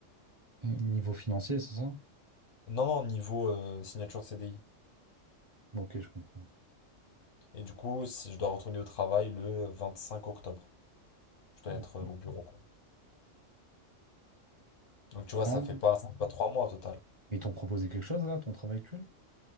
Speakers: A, on the right (about 35°); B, on the left (about 80°).
A: Niveau financier, c'est ça?
B: Non, non, niveau euh, signature de CDI.
A: Ok, je comprends.
B: Et du coup, si je dois retourner au travail le 25 octobre, je dois
A: Ok.
B: être euh, au bureau, quoi. Donc tu vois,
A: Ah,
B: ça fait pas, ça fait pas trois mois au total.
A: ils t'ont proposé quelque chose là, ton travail actuel?